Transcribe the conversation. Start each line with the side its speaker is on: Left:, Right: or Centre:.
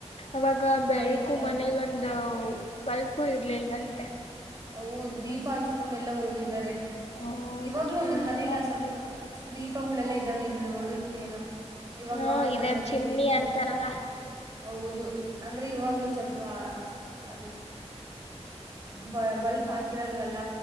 Left: ಅವಾಗ ಬೆಳ್ಕು
Right: ಬೈಕ್
Left: ಮನೇಗೊಂದು ಬಲ್ಪು ಇರ್ಲಿಲ್ವಂತೆ
Right: ಅವು ದೀಪ ಹಚ್ಕೊಂಡ ಎಲ್ಲ ಓದಿದಿದ್ದಾರೆ
Left: ಹೌದು
Right: ಇವಾಗ್ಲೂ ಒಂದೊಂದು
Left: ನಮ್ಮಮ್ಮ
Right: ಮನೆಯಲ್ಲಿ ಆ
Left: ಒಂದು
Right: ಸಂಪ್ರದಯ ದೀಪಗಳೆಲ್ಲ ಇದ್ದಾವ್ ನೀನು ನೋಡಿರ್ತೀನೋ ಇವಾಗ
Left: ಹಾ
Right: ನನ್
Left: ಇದ
Right: ಮನೆಯಲ್ಲಿ
Left: ಚಿಮ್ನಿ ಅಂತಾರಲ್ಲ
Right: ಹೌದು ಅಂದ್ರೆ ಇವಾಗ
Left: ಹ್ಮ್
Right: ಸ್ವಲ್ಪ ಅದು ಬ ಬಲ್ಪ್ ಹಾಕಿರಲ್ವಲ್ಲ